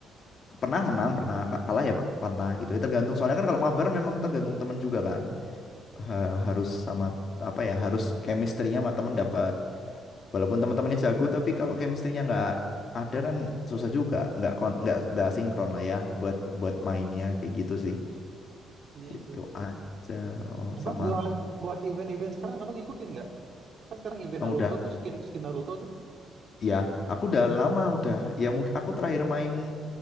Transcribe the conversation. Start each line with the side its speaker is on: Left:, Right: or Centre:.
Left: pernah menang pernah ka- kalah ya per- pernah gitu ya tergantung soalnya kan kalau mabar memang tergantung teman juga kan Ha- harus sama apa ya harus chemistry-nya sama teman dapat walaupun teman-temannya jago tapi kalau chemistry-nya nggak ada kan susah juga nggak kon- nggak nggak sinkron lah ya buat buat mainnya kayak gitu sih
Right: Iya
Left: gitu
Right: sih.
Left: aja oh,
Right: Abang
Left: sama
Right: buat buat event-event sekarang abang ikutin nggak? Kan sekarang event
Left: Oh,
Right: Naruto
Left: udah
Right: tuh skin skin Naruto tuh.
Left: Ya, aku udah lama udah. Ya mungkin aku terakhir main